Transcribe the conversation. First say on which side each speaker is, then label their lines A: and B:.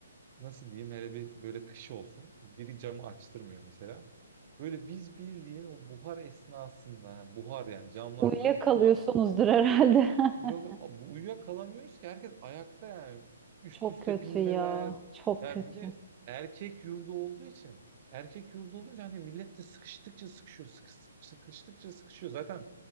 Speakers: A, on the right; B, on the right.
A: nasıl diyeyim hele bir böyle kışı olsun. Biri camı açtırmıyor mesela. Böyle biz bildiğin o buhar esnasında ha, buhar yani camlar
B: Uyuyakalıyorsunuzdur
A: full buhar.
B: herhalde. <laughs>
A: Yok bu uyuyakalamıyoruz ki herkes ayakta yani üst
B: Çok
A: üste
B: kötü
A: binmeler.
B: ya. Çok
A: Ya
B: kötü.
A: bir de erkek yurdu olduğu için erkek yurdu olunca hani millet de sıkıştıkça sıkışıyor sıkış- sıkıştıkça sıkışıyor zaten